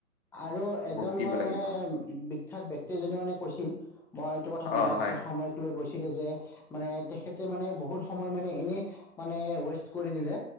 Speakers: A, in the centre; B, on the left.
A: আৰু এজন
B: ভুক্তিব
A: মই
B: লাগিব
A: মানে
B: হয়।
A: বিখ্যাত ব্যক্তি এজনে মানে কৈছিল মই এইটো কথা
B: অ
A: মনত
B: হয়
A: আছে সময়ক লৈ কৈছো <unintelligible> যে মানে তেখেতে মানে বহুত সময় মানে এনে য়ে মানে ৱেষ্ট কৰি দিলে